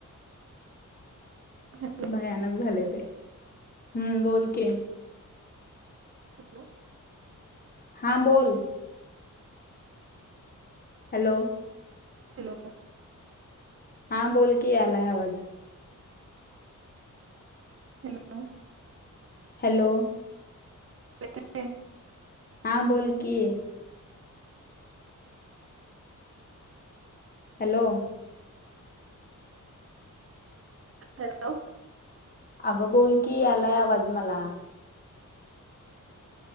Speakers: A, on the right; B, on the left.
A: हॅलो
B: भयांनक झांले ते हम्मं बोलकी
A: हॅलो
B: हां बोल हॅलो
A: हॅलो
B: हां बोल की आलांय आवांज
A: हॅलो
B: हॅलो
A: कायं करतें हायं
B: हां बोल की हॅलो
A: हॅलो
B: अगं बोल की आलांय आवांज मलां